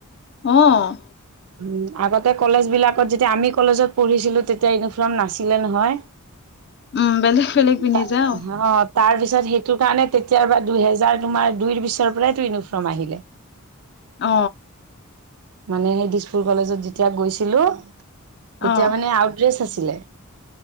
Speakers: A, on the left (about 50°); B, on the right (about 75°).
A: অ'।
B: উম, আগতে কলেজ বিলাকত যেতিয়া আমি কলেজত পঢ়িছিলো, তেতিয়া ইউনিফৰ্ম না ছিলে নহয়।
A: উম, বেলেগ বেলেগ পিন্ধি
B: তা
A: যাওঁ।
B: হ তাৰপিছত, সেইটো কাৰণে তেতিয়াৰ পৰা দুহেজাৰ তোমাৰ দুই পিছৰ পৰাইটো ইউনিফৰ্ম আহিলে।
A: অ।
B: মানে সেই দিছপুৰ কলেজত যেতিয়া গৈছিলো, তেতিয়া
A: অ',
B: মানে আউ ট ড্ৰেছ আছিলে।